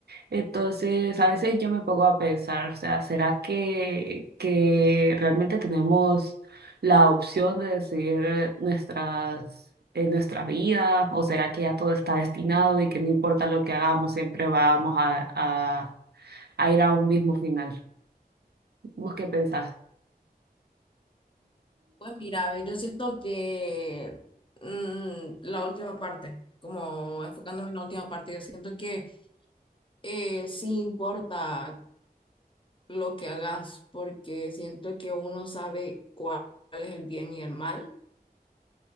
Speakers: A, on the right (about 90°); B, on the left (about 30°).
A: Entonces, a veces yo me pongo a pensar, o sea, ¿será que, que realmente tenemos la opción de decidir nuestras, eh, nuestra vida? ¿O será que ya todo está destinado y que no importa lo que hagamos, siempre vamos a, a, a ir a un mismo final? ¿Vos qué pensás?
B: Pues mira, ve, yo siento que mm, la última parte, como enfocándome en la última parte, yo siento que eh, sí importa lo que hagas, porque siento que uno sabe cuál es el bien y el mal.